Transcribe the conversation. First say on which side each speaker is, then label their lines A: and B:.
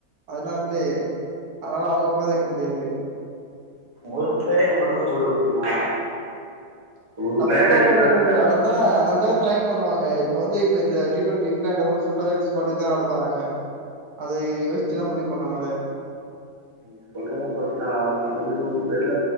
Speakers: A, on the right; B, on the right.
A: அதனாலவே அதனால அவன ஒக்கார வெக்க முடியாது
B: ஒரு பிளேயர மட்டு சொல்ற முடியுமா ஒரு
A: டப்புனு
B: பிளேயர் அடிக்கலன்னா
A: ஒக்கார வக்க முடியது அதனால இந்தா அதனால தா ட்ரைன் பண்ணுவாங்க இப்ப வந்து இப்ப இந்த டி டுவெண்டி இங்கிலான்ட ஓட ஃபுல்லாவே இந்த ஸ்குவாடு வச்சு தா ஆட போறாங்க அத யோசிச்சுதா முடிவு பண்ணுவாங்களே
B: நீ சொல்றத பாத்தா பதினோரு பேர்ல